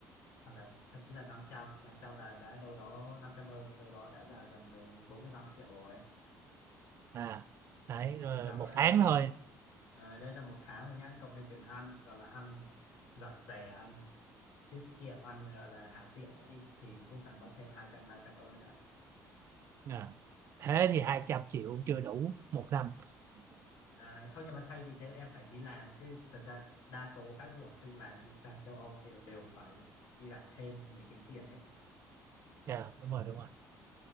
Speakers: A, on the left; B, on the right.
A: hoặc là thậm chí là năm trăm năm trăm là đã đâu đó 500 ơ đâu đó đã là gần mười bốn mươi 45 triệu rồi
B: à đấy rồi
A: xong
B: một
A: rồi
B: tháng
A: cộng
B: thôi
A: ờ, đây là một tháng rồi nhá cộng thêm tiền ăn gọi là ăn giặt rẻ ăn tiết kiệm ăn ờ, là hà tiện đã đi thì cũng phải mất thêm hai trăm ba trăm ơ nữa
B: à. thế thì hai trăm triệu chưa đủ một năm
A: à, không nhưng mà thay vì thế em phải đi làm chứ thật ra đa số các du học sinh mà đi sang châu Âu thì đều phải đi làm thêm để kiếm tiền hết
B: dạ đúng rồi đúng rồi